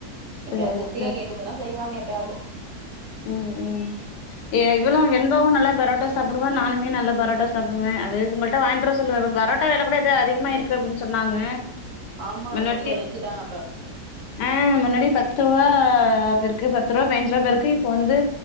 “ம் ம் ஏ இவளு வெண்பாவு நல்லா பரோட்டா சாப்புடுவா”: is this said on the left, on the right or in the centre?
Left